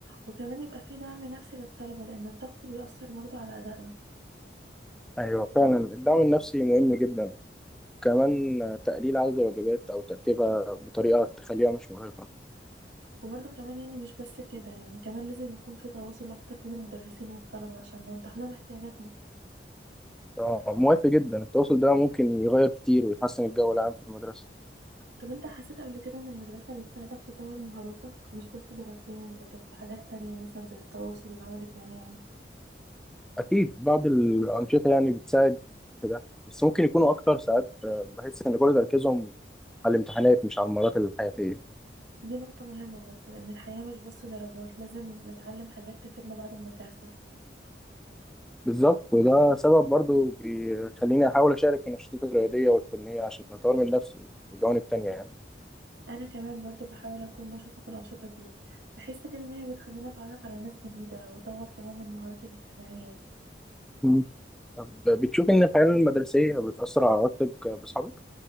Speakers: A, on the right; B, in the centre.
A: وكمان يبقى في دعم نفسي للطلبة لان الضغط بيأثر برضو على ادائنا
B: ايوه فعلا الدعم النفسي مهم جدا كمان آه، تقليل عدد الواجبات او ترتيبها بطريقة تخليها مش مرهقة
A: وبرضو كمان يعني مش بس كده يعني كمان لازم يكون في تواصل اكتر بين المدرسين والطلبة عشان نوضح لهم احتياجاتنا
B: آه موافق جدا التواصل ده ممكن يغير كتير ويحسن الجو العام في المدرسة
A: طب انت حسيت قبل كده ان المدرسة بتساعدك تطور مهاراتك مش بس دراسيا لكن في حاجات تانية مثلا زي التواصل والعمل الجماعي
B: اكيد بعض الأنشطة يعني بتساعد في ده بس ممكن يكونوا اكتر ساعات آه، بحس ان كل تركيزهم على الامتحانات مش على المهارات الحياتية
A: دي نقطة مهمة برضو لأن الحياة مش بس درجات لازم نتعلم حاجات تفيدنا بعد المدرسة
B: بالظبط وده سبب برضو بيخليني أحاول أشارك في النشاطات الرياضية والفنية عشان أطور من نفسي في الجوانب التانية يعني
A: أنا كمان برضو بحاول أكون نشطة في الأنشطة دي بحس كده إن هي بتخليني أتعرف على ناس جديدة وأطور كمان من مهاراتي الاجتماعية
B: مم. طب بتشوف إن الحياة المدرسية بتأثر على علاقتك بأصحابك؟